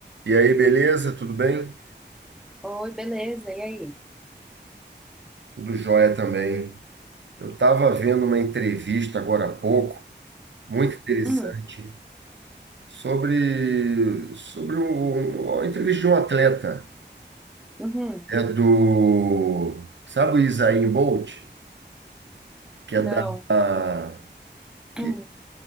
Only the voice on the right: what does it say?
E aí, beleza? Tudo bem?
Tudo jóia também. Eu estava vendo uma entrevista agora há pouco, muito interessante,
sobre, sobre um- uma entrevista de um atleta.
É do, sabe o Usain Bolt? Que é
da, a- que,